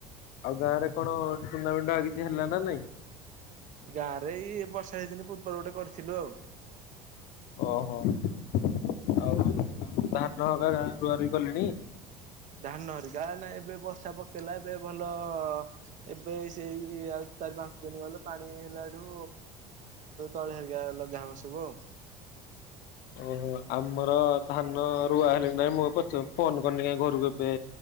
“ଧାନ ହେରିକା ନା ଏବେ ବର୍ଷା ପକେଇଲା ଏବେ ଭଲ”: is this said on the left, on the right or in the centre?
Right